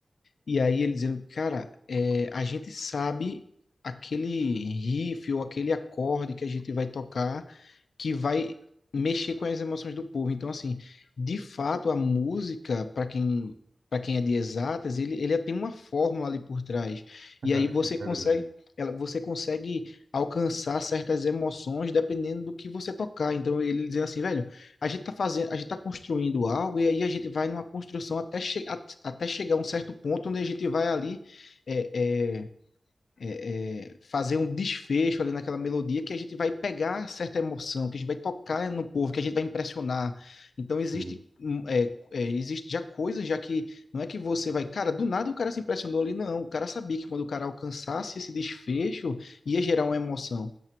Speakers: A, on the left (about 80°); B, on the right (about 80°).
A: E aí ele dizendo, cara, é, a gente sabe aquele riff ou aquele acorde que a gente vai tocar que vai mexer com as emoções do povo. Então, assim, de fato, a música, para quem para quem é de exatas, ele, ele tem uma fórmula ali por trás.
B: <laughs>
A: E aí você consegue,
B: É verdade.
A: ela, você consegue alcançar certas emoções dependendo do que você tocar. Então ele dizendo assim, velho, a gente tá fazendo, a gente tá construindo algo e aí a gente vai numa construção até, che- at- até chegar a um certo ponto onde a gente vai ali é, é, é, é, fazer um desfecho ali naquela melodia que a gente vai pegar certa emoção, que a gente vai tocar no povo, que a gente vai impressionar. Então existe,
B: Sim.
A: hum, é, é, existe já coisas já que não é que você vai, cara, do nada o cara se impressionou ali, não. O cara sabia que quando o cara alcançasse esse desfecho ia gerar uma emoção.